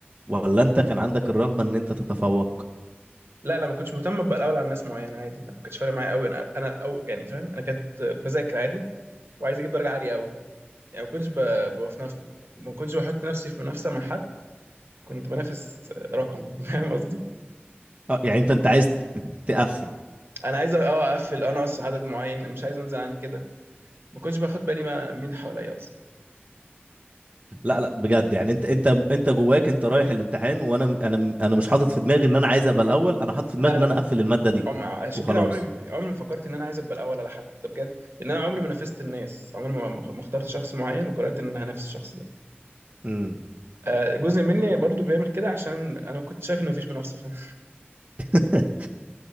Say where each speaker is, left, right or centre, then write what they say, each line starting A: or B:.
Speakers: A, on the right; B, on the right.
A: ولا انت كان عندك الرغبة ان انت تتفوق
B: لا لا ما كنتش مهتم ابقى الاول على ناس معينه عادي لا ما كانش فارق معايا قوي انا انا او يعني فاهم انا كنت بذاكر عادي وعايز اجيب درجه عاليه قوي يعني ما كنتش ب... بف- ما كنتش بحط نفسي في منافسه مع حد كنت بنافس رقم <laughs> فاهم قصدي
A: اه يعني انت انت عايز تقفل
B: انا عايز اه اقفل انا اصلا عدد معين مش عايز انزل عن كده ما كنتش باخد بالي بقى مين حواليا اصلا
A: لا لا بجد يعني انت انت انت جواك انت رايح الامتحان وانا م- انا م- انا مش حاطط في دماغي ان انا عايز ابقى الاول انا حاطط في
B: لا
A: دماغي ان
B: لا
A: انا اقفل المادة دي
B: اه مع- عشان
A: وخلاص
B: كده عمري ما ك- عمري ما فكرت ان انا عايز ابقى الاول على حد ده بجد لان انا عمري ما نافست الناس عمري ما ما ما اخترت شخص معين وقررت ان انا هنافس الشخص ده
A: امم
B: آه، جزء مني برضو بيعمل كده عشان انا كنت شايف ان مفيش منافسه فاهم
A: <laughs>